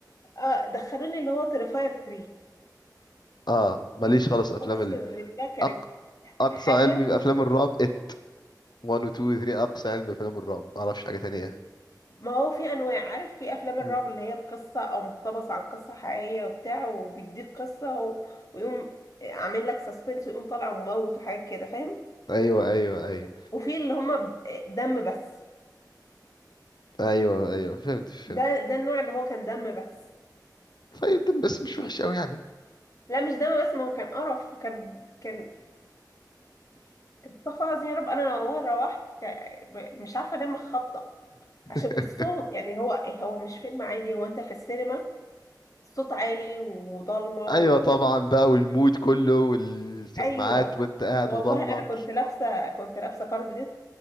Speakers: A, on the left; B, on the left.
A: اه دخلوني اللي هو تريفاير 3
B: اه ماليش خالص افلام
A: اقسم
B: ال...
A: بالله كانت
B: أق... اقصى
A: حاجه
B: علمي بافلام الرعب ات 1 و 2 و 3 اقصى علمي بافلام الرعب ما اعرفش حاجة تانية
A: ما هو في انواع عارف في افلام الرعب
B: أمم.
A: اللي هي بقصه او مقتبس عن قصه حقيقيه وبتاع وبيديك قصه و... ويقوم عامل لك سسبنس ويقوم طالع وموت وحاجات كده فاهم
B: ايوه ايوه ايوه
A: وفي اللي هم دم بس
B: ايوه ايوه فهمت فهمت
A: ده ده النوع اللي هو كان دم بس
B: طيب ده بس مش وحش قوي يعني
A: لا مش دم بس ما هو كان قرف كان كان استغفر الله العظيم يا رب انا لو روحت ك- ب- مش عارفه انام خبطه عشان
B: <laughs>
A: والصوت يعني هو هو مش فيلم عادي هو انت في السينما الصوت عالي وضلمه
B: ايوه
A: و...
B: طبعا بقى والمود كله والسماعات
A: ايوه
B: وانت قاعد
A: والله
B: وضلمه
A: انا كنت لابسه كنت لابسه كارديجان